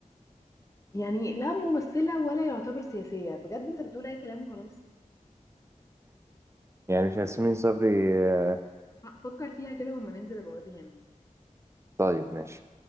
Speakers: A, on the left (about 25°); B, on the right (about 20°).
A: يعني لا ممثلة ولا يعتبر سياسية بجد انت بتقول اي كلام وخلاص
B: يعني مش ياسمين صبري آه
A: ف- فكر فيها كده وما ننزل بقول لي يا مين
B: طيب ماشي